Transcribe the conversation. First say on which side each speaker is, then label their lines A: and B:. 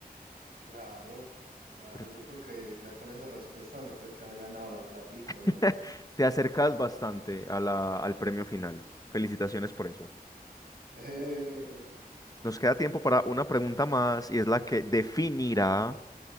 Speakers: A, on the right (about 85°); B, on the left (about 25°).
A: Claro, claro,
B: Pero
A: yo creo que ya con esa respuesta me tengo que haber ganado la platica,
B: <laughs>
A: ¿o no?
B: Te acercas bastante a la- al premio final. Felicitaciones por eso.
A: <laughs> Eh,
B: Nos queda tiempo para una pregunta más y es la que definirá